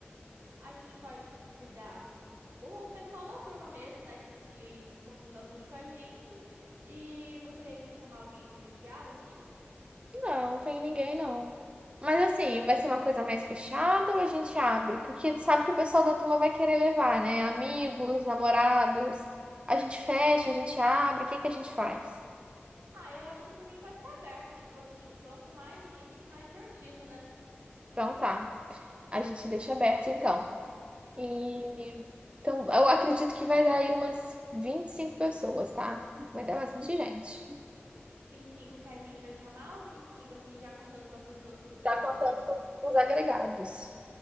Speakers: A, on the right; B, on the right.
A: a gente pode convidar o pessoal da turma mesmo, né, que, que convive bastante com a gente. E você quer chamar alguém especial, assim?
B: Não, tem ninguém não. Mas assim, vai ser uma coisa mais fechada ou a gente abre? Porque tu sabe que o pessoal da turma vai querer levar, né? Amigos, namorados. A gente fecha, a gente abre, o que que a gente faz?
A: Ah, eu acho que por mim pode ser aberto, tipo assim, quanto mais gente, mais divertido, né?
B: Então tá, a gente deixa aberto então. E
A: Isso.
B: então, eu acredito que vai dar aí umas 25 pessoas, tá? Vai dar bastante gente.
A: vinte e cinco que a gente vai chamar ou 25 assim, já contando com as pessoas que o pessoal
B: Tá contando
A: vai chamar?
B: com os agregados.